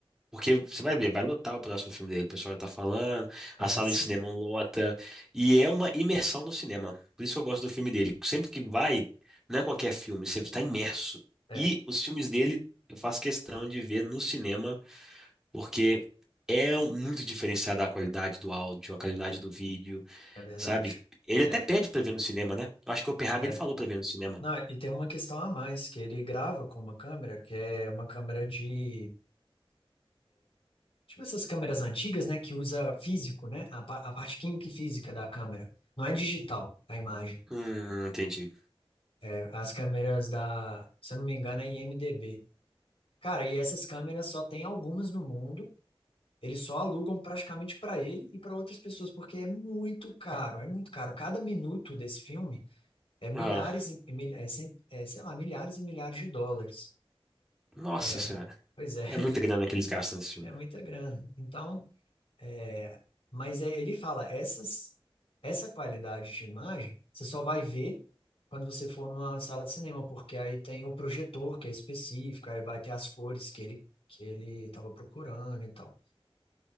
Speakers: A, in the centre; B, on the left.
A: Porque você vai ver, vai lotar o próximo filme dele, o pessoal já tá falando,
B: é,
A: a sala
B: sim.
A: de cinema lota, e é uma imersão no cinema. Por isso que eu gosto do filme dele. Sempre que vai, não é qualquer filme, você está imerso.
B: é,
A: E os filmes dele eu faço questão de ver no cinema, porque é muito diferenciada a qualidade do áudio, a qualidade do vídeo,
B: é verdade.
A: sabe? Ele
B: É,
A: até pede pra ver no cinema, né? Eu acho que o Oppenheimer
B: é.
A: ele falou pra ver no cinema.
B: Não, e tem uma questão a mais, que ele grava com uma câmera, que é uma câmera de Tipo essas câmeras antigas, né, que usa físico, né, a, pa- a parte química e física da câmera. Não é digital a imagem.
A: Hum, entendi.
B: É, As câmeras da, se eu não me engano, é IMDb. Cara, e essas câmeras só tem algumas no mundo. Eles só alugam praticamente para ele e para outras pessoas, porque é muito caro, é muito caro. Cada minuto desse filme é milhares
A: Ah,
B: e mil, é, cen- é, sei lá, milhares e milhares de dólares.
A: nossa
B: É,
A: senhora.
B: Pois é, <laughs>
A: É muita grana que eles gastam nesse filme.
B: é muita grana. Então, É, Mas é- ele fala, essas, essa qualidade de imagem, você só vai ver quando você for numa sala de cinema, porque aí tem o projetor que é específico, aí vai ter as cores que ele que ele estava procurando e tal.